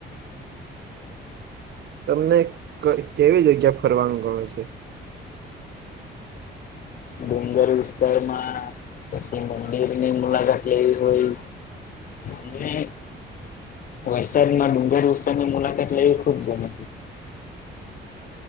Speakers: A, on the right (about 60°); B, on the left (about 45°).
A: તમને ક કેવી જગ્યા ફરવાનું ગમે છે?
B: સુંદર વિસ્તારમાં, પછી મંદિરની મુલાકાત લેવી હોય, અને વરસાદમાં ડુંગર વિસ્તારની મુલાકાત લેવી ખુબ ગમે